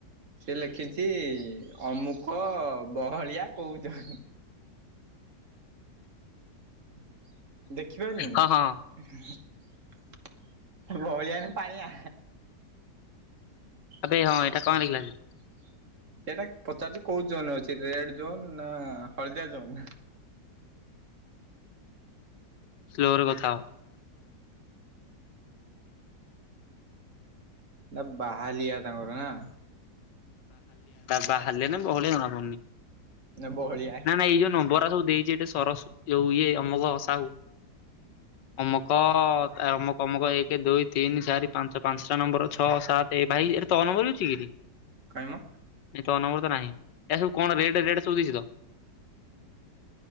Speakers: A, on the right (about 50°); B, on the left (about 80°).
A: ସେ ଲେଖିଛି ଅମୁକ ବହଳିଆ କହୁନ୍। ଦେଖିପାରିଲିନି।
B: ହଁ ହଁ
A: ବହଳିଆ ନା ପାଣିଆ।
B: ଆବେ
A: ସେଇଟା
B: ହଁ ଏଇଟା କଣ ଲେଖିଲା ଯେ
A: ପଚାରୁଛି କୋଉ ଜୋନରେ ଅଛି ରେଡ ଜୋନ୍ ନା ହଳଦିଆ ଜୋନ୍ ।
B: ସ୍ଲୋ ରେ କଥା ହ।
A: ଏଇଟା ବାହାଲିଆ ତାଙ୍କର ନା ।
B: ବାହାଳିଆ ନା ବହଳିଆ ଜଣା ପଡୁନି ।
A: ନା ବହଳିଆ
B: ନା ନା ଏଇ ଯୋଉ ନମ୍ବର ସବୁ ଦେଇଛି ଏସ ତର ଯଉ ଇଏ ଅମକ ସାହୁ <inaudible> ଅମକ ଅମକ ଅମକ ଏକ ଦୁଇ ତିନିଚାରି ପାଞ୍ଚ ପାଞ୍ଚଟା ନମ୍ବର ଛଅ ସାତ ଏ ଭାଇ ତ ନମ୍ବର ଅଛି କିରେ।
A: କାଇଁ ମ
B: <inaudible> ଏ ତ ନମ୍ବର । ନାହିଁ । ଏ ସବୁ କଣ ରେଡ ରେଡ ସବୁ ଦେଇଛି ତ?